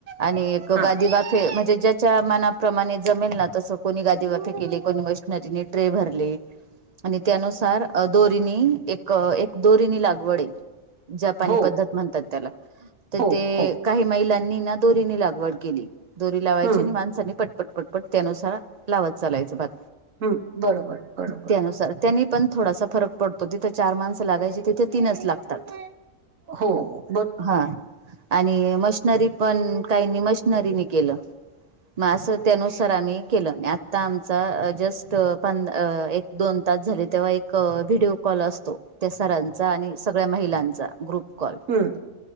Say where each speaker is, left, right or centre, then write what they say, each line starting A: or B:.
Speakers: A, on the right; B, on the right.
A: आणि एक
B: हा
A: गादी बात म्हणजे ज्याच्या च्या मनाप्रमाणे जमेल ना तस कोणी गादीवाफी केली, कोणी मशनरीनी ट्रे भरले. आणि त्यानुसार दोरीनी एक एक दोरीनी लागवडे जपानी
B: हो
A: पद्धत म्हणतात त्याला तर
B: हो
A: ते
B: हो
A: काही महिलांनी ना दोरीनी लागवड केली, दोरी लावायची
B: हम्म
A: आणि माणसानी पट पटपटपट त्यानुसार लावत चालायचं भात
B: हम्म बरोबर बरोबर
A: त्यानुसार त्यांनी पण थोडासा फरक पडतो तिथे चार माणसं लागायची तिथे तीनच लागतात.
B: हो हो.
A: हा आणि मशनरी पण काहीनी मशनरीनी केलं. मा असं त्यानुसार आम्ही केलं आता आमचा जस्ट प- एक दोन तास झाले तेव्हा एक व्हिडिओ कॉल असतो, त्या सरांचा आणि सगळ्या ग्रुप कॉल ‌
B: हम.